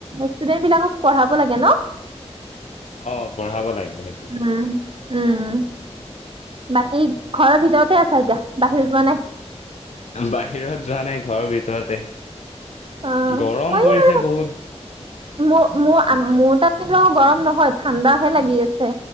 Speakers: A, on the right; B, on the left.
A: ষ্টুডেন্ট বিলাকক পঢ়াব লাগে ন।
B: অ পঢ়াব লাগে সেইটো
A: উম উম বাকী। ঘৰৰ ভিতৰতে আছা এতিয়া বাহিৰত যোৱা নাই।
B: বাহিৰত যোৱা নাই ঘৰৰ ভিতৰতে।
A: অ
B: গৰম
A: মই
B: পৰিছে
A: আৰু
B: বহুত
A: মো মো মোৰ তাত কিন্তু আকৌ গৰম নহয় ঠাণ্ডাহে লাগি আছে